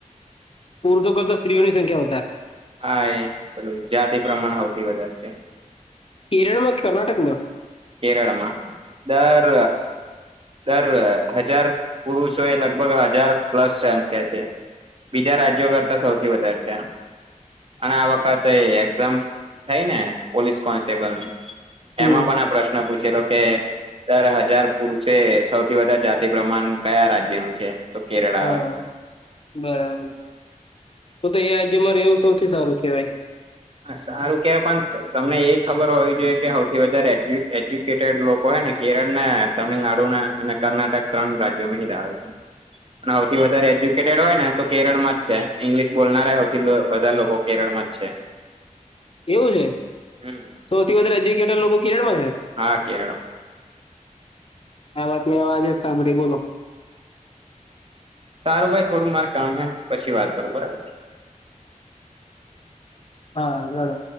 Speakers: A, on the left; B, on the right.
A: પુરુષો કરતા સ્ત્રીઓની સંખ્યા વધારે.
B: હા, એેલું જાતિ પ્રમાણ હો થી વધારે છે.
A: કેરળમાં કર્ણાટકમાં
B: કેરળમાં દર દર હજાર પુરુષો એ લગભગ હજાર પ્લસ સંખ્યા છે, બીજા રાજ્યો કરતા સૌથી વધારે છે, અને આ વખતે એક્ઝામ થઈ ને પોલીસ કોન્સ્ટેબલની. એમાં
A: હમ
B: પણ આ પ્રશ્ન? પૂછે તો, કે તારા? હજાર પુરુષે સૌથી વધારે જાતિ પ્રમાણ કયા રાજ્ય નું છે? તો કેરળ
A: હા,
B: આવે
A: બરાબર તો તો અહીં મારે એવું સૌથી સારું છે ભાઈ.
B: સારું કહેવાય, પણ તમને એ ખબર હોવી જોઈએ કે સૌથી વધારે એજ્યુકેટેડ લોકો હોને કેરળના, તમિલનાડુના અને કર્ણાટક ત્રણ રાજ્યોમાં આવે છે. સૌથી વધારે એજ્યુકેટેડ હોય ને તો કેરળ માં જ છે, ઇંગ્લિશ બોલનાર. બધા લોકો કેરળમાં જ છે.
A: એવું છે
B: હમ
A: સૌથી વધારે એજ્યુકેટેડ લોકો કેરળમાં છે.
B: હા કેરળ
A: આ વાત મે અવાજે જ સાંભળી, બોલો?
B: સારું ભાઈ, થોડું માર કામ હ, પછી વાત કરું, બરાબર.
A: હારુ ચાલો.